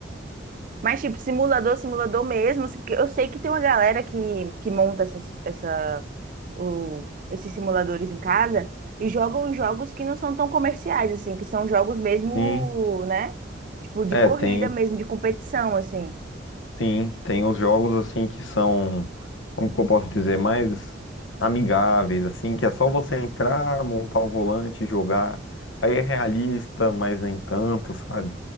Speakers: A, on the right; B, on the left.
A: Mas tipo, simulador, simulador mesmo, assim, porque eu sei que tem uma galera que, que monta essas, essa o- esses simuladores em casa e jogam jogos que não são tão comerciais, assim, que são jogos mesmo,
B: Sim,
A: né? Tipo, de
B: é,
A: corrida
B: tem,
A: mesmo, de competição, assim.
B: Sim, tem os jogos assim que são, como que eu posso dizer, mais amigáveis, assim, que é só você entrar, montar o volante, e jogar. Aí é realista, mas nem tanto, sabe?